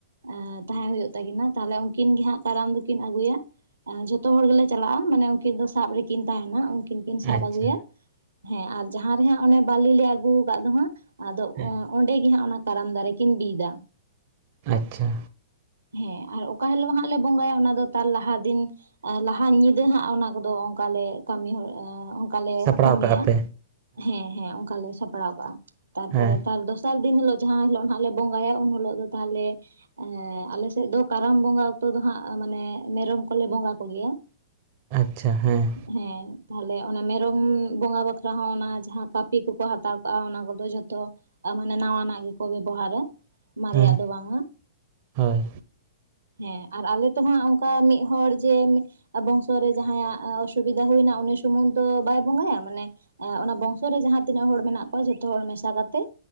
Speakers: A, on the right; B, on the right.
A: ᱮᱸ ᱛᱟᱦᱮᱸ ᱦᱩᱭᱩᱜ ᱛᱟᱹᱠᱤᱱᱟ ᱛᱟᱦᱞᱮ ᱩᱱᱠᱤᱱ ᱜᱤ ᱦᱟᱸᱜ ᱠᱟᱨᱟᱢ ᱫᱩᱠᱤᱱ ᱟᱹᱜᱩᱭᱟ, ᱟᱸ ᱡᱷᱚᱛᱚ ᱦᱚᱲ ᱜᱮᱞᱮ ᱪᱟᱞᱟᱜᱼᱟ ᱢᱟᱱᱮ ᱩᱱᱠᱤᱱ ᱫᱚ ᱥᱟᱵ ᱨᱮᱠᱤᱱ ᱛᱟᱸᱦᱮᱱᱟ ᱩᱱᱠᱤᱱ ᱠᱤᱱ ᱥᱟᱵ
B: ᱟᱪᱪᱷᱟ
A: ᱟᱹᱜᱩᱭᱟ ᱦᱮᱸ ᱟᱨ ᱡᱟᱦᱟᱸ ᱨᱮᱦᱟᱸᱜ ᱚᱱᱮ ᱵᱟᱞᱤ ᱞᱮ ᱟᱹᱜᱩ ᱠᱟᱫ ᱫᱚ ᱦᱟᱸᱜ ᱟᱫᱚ
B: ᱦᱮᱸ
A: ᱚᱸᱰᱮ ᱜᱮ ᱦᱟᱸᱜ ᱚᱱᱟ ᱠᱟᱨᱟᱢ ᱫᱟᱨᱮ ᱠᱤᱱ ᱵᱤᱫᱟ,
B: ᱟᱪᱪᱷᱟ᱾
A: ᱦᱮᱸ ᱟᱨ ᱚᱠᱟ ᱦᱤᱞᱳᱜ ᱦᱟᱸᱜ ᱞᱮ ᱵᱚᱸᱜᱟᱭᱟ ᱚᱱᱟ ᱫᱚ ᱛᱟᱨ ᱞᱟᱦᱟ ᱫᱤᱱ ᱞᱟᱦᱟ ᱧᱤᱫᱟᱹ ᱦᱟᱸᱜ ᱚᱱᱟ ᱠᱚᱫᱚ ᱚᱝᱠᱟᱞᱮ ᱠᱟᱹᱢᱤ ᱦᱟᱸᱜ ᱟ ᱠᱟᱞᱮ
B: ᱥᱟᱯᱲᱟᱣ
A: ᱠᱟᱹᱢᱤᱭᱟ
B: ᱠᱟᱜᱼᱟ ᱯᱮ
A: ᱦᱮᱸ ᱦᱮᱸ ᱚᱝᱠᱟ ᱞᱮ ᱥᱟᱯᱲᱟᱣ ᱠᱟᱜᱼᱟ ᱛᱟᱨᱯᱚᱨᱮ
B: ᱦᱮᱸ
A: ᱛᱟᱨ ᱫᱚ ᱥᱟᱨ ᱫᱤᱱ ᱦᱤᱞᱳᱜ ᱡᱟᱦᱟᱸ ᱦᱤᱞᱳᱜ ᱱᱟᱦᱟᱜ ᱞᱮ ᱵᱚᱸᱜᱟᱭᱟ ᱩᱱ ᱦᱳᱞᱳᱜ ᱫᱚ ᱛᱟᱦᱞᱮ ᱮᱸ ᱟᱞᱮᱥᱮᱫ ᱫᱚ ᱠᱟᱨᱟᱢ ᱵᱚᱸᱜᱟ ᱛᱚ ᱫᱚ ᱦᱟᱸᱜ ᱢᱟᱱᱮ ᱢᱮᱨᱚᱢ ᱠᱚᱞᱮ ᱵᱚᱸᱜᱟ ᱠᱚᱜᱮᱭᱟ,
B: ᱟᱪᱪᱷᱟ ᱦᱮᱸ᱾
A: ᱦᱮᱸ ᱛᱟᱦᱚᱞᱮ ᱚᱱᱟ ᱢᱮᱨᱚᱢ ᱵᱚᱸᱜᱟ ᱵᱟᱠᱷᱨᱟ ᱦᱚᱸ ᱚᱱᱟ ᱡᱟᱦᱟᱸ ᱠᱟᱹᱯᱤ ᱠᱚᱠᱚ ᱦᱟᱛᱟᱣ ᱠᱟᱜᱼᱟ ᱚᱱᱟ ᱠᱚᱫᱚ ᱡᱷᱚᱛᱚ ᱢᱟᱱᱮ ᱱᱟᱣᱟᱱᱟᱜ ᱜᱮᱠᱚ ᱵᱮᱵᱚᱦᱟᱨᱟ ᱢᱟᱨᱮᱭᱟᱜ
B: ᱦᱮᱸ
A: ᱫᱚ ᱵᱟᱝᱼᱟ,
B: ᱦᱳᱭ
A: ᱦᱮᱸ ᱟᱨ ᱟᱞᱮ ᱛᱦᱟᱸᱜ ᱚᱱᱠᱟ ᱢᱤᱫ ᱦᱚᱨ ᱡᱮ ᱵᱚᱝᱥᱚ ᱨᱮ ᱡᱟᱦᱟᱸᱭᱟᱜ ᱚᱥᱩ ᱥᱩᱵᱤᱫᱟ ᱦᱩᱭᱱᱟ ᱩᱱᱤ ᱥᱩᱢᱩᱝ ᱫᱚ ᱵᱟᱭ ᱵᱚᱸᱜᱟᱭᱟ ᱢᱟᱱᱮ ᱮᱸᱜ ᱚᱱᱟ ᱵᱚᱝᱥᱚ ᱨᱮ ᱡᱟᱦᱟᱸ ᱛᱤᱱᱟᱹᱜ ᱦᱚᱲ ᱢᱮᱱᱟᱜ ᱠᱚᱣᱟ ᱡᱷᱚᱛᱚ ᱦᱚᱲ ᱢᱮᱥᱟ ᱠᱟᱛᱮᱜ